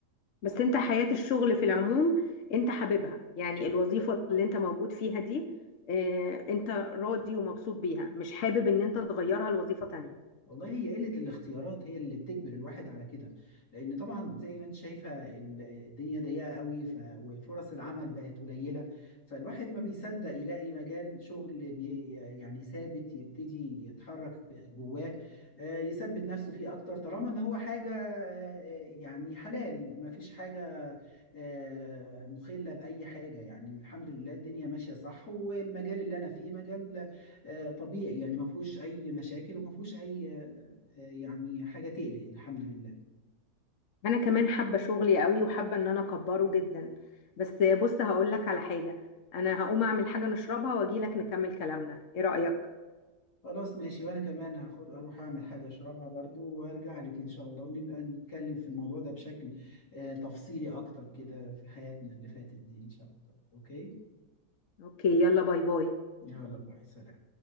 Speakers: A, on the left; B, on the left.
A: بس أنت حياة الشغل في العموم أنت حاببها يعني الوظيفة اللي أنت موجود فيها دي آه، أنت راضي ومبسوط بيها مش حابب إن أنت تغيرها لوظيفة تانية
B: والله هي قلة الاختيارات هي اللي بتجبر الواحد على كده لأن طبعا زي ما انت شايفة ال- الدنيا ضيقة قوي ف... وفرص العمل بقت قليلة فالواحد ما بيصدق يلاقي مجال شغل بي... يعني ثابت يبتدي يتحرك جواه آه، يثبت نفسه فيه أكتر طالما إن هو حاجة آه، يعني حلال ما فيش حاجة آه، مخلة بأي حاجة يعني الحمد لله الدنيا ماشية صح والمجال اللي أنا فيه مجال آه، طبيعي يعني ما فيهوش اي مشاكل وما فيهوش اي آه، آه، يعني حاجه تقلق الحمد لله
A: انا كمان حابه شغلي قوي وحابه ان انا اكبره جدا بس بص هقول لك على حاجه انا هقوم اعمل حاجه نشربها واجي لك نكمل كلامنا ايه رايك
B: خلاص ماشي وانا كمان هاخد اروح اعمل حاجه اشربها برضو وارجع لك ان شاء الله ونبقى نتكلم في الموضوع ده بشكل آه، تفصيلي اكتر كده في حياتنا اللي فاتت دي ان شاء الله اوكي
A: اوكي يلا باي باي
B: يلا باي سلام